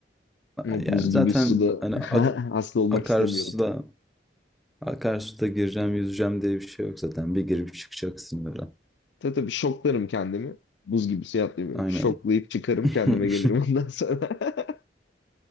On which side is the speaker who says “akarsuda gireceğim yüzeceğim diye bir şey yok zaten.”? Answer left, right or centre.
Centre